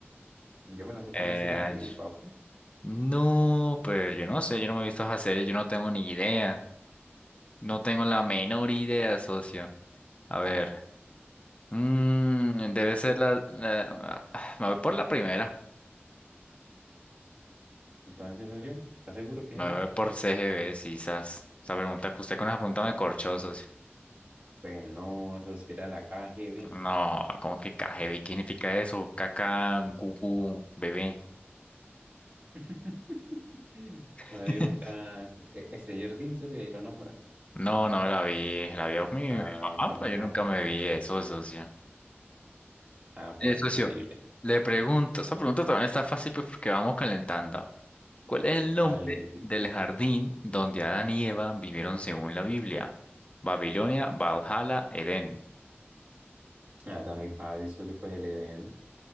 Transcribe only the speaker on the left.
Eh,
no, pues yo no sé, yo no me he visto esa serie, yo no tengo ni idea. No tengo la menor idea, socio. A ver. Mm, debe ser la, la- ah, Me voy por la primera.
Me
voy por CGB, quizás. Esa pregunta que usted con esa pregunta me corchó, socio.
No, ¿cómo que KGB? ¿Qué significa eso? Caca, gugu, bebé.
<laughs>
No, no me la vi. La vi a mi,
mi mamá,
pero
yo nunca me vi eso, socio.
Eh,
socio, le pregunto. Esa pregunta también está fácil pues, porque vamos calentando. ¿Cuál es el nombre
del jardín donde Adán y Eva vivieron según la Biblia? Babilonia, Valhalla, Edén.